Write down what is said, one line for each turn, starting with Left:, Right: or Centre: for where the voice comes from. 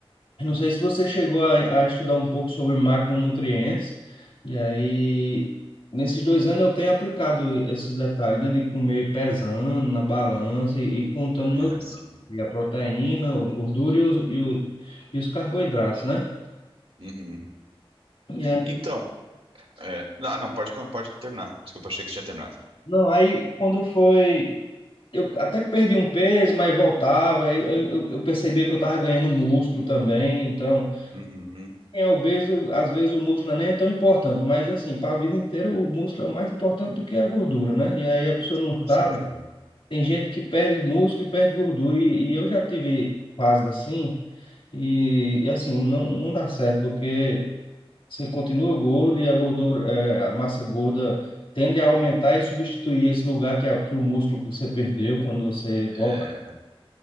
Left: Eu Não sei se você chegou a, a estudar um pouco sobre macronutrientes, e aí, nesses dois anos eu tenho aplicado esses detalhes, né, de comer pesando na balança e, e contando meus,
Right: é assim.
Left: e a proteína, a gordura e os, e, o- e os carboidratos, né?
Right: Uhum.
Left: E aí,
Right: Então, é, não, não, pode, pode terminar. Desculpa, achei que você tinha terminado.
Left: não, aí quando foi, eu até que perdi um peso, mas voltava, aí eu, eu eu percebia que eu estava ganhando músculo também, então.
Right: Uhum,
Left: Quem é obeso, às vezes o músculo nem é tão importante, mas assim, para a vida inteira o músculo é mais importante do que a gordura, né? E aí a pessoa não
Right: com
Left: sabe.
Right: certeza.
Left: Tem gente que perde músculo e perde gordura, e, e eu já tive fases assim, e, e assim, não, não dá certo, porque você continua gordo e a gordura, é, a massa gorda tende a aumentar e substituir esse lugar que, a, que o músculo que você perdeu quando você volta.
Right: É,